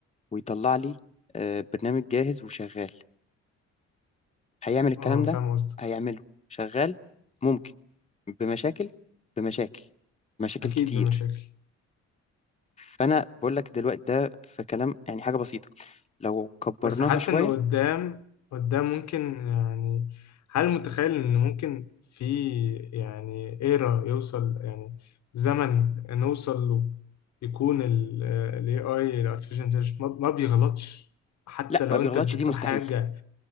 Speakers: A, on the left (about 20°); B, on the left (about 65°).
A: ويطلع لي آه، برنامج جاهز وشغال هيعمل الكلام
B: اه فاهم
A: ده
B: قصدك
A: هيعمله شغال ممكن بمشاكل بمشاكل مشاكل
B: اكيد
A: كتير
B: بمشاكل
A: فأنا بقول لك دلوقتي ده في كلام يعني حاجة بسيطة لو كبرناها
B: بس حاسس
A: شوية
B: إنه قدام قدام ممكن يعني هل متخيل إن ممكن في يعني إيرا يوصل يعني زمن نوصل له يكون ال ال AI ال Artificial Intelligence ما ما بيغلطش حتى
A: لا
B: لو
A: ما بيغلطش
B: أنت اديت
A: دي مستحيل
B: له حاجة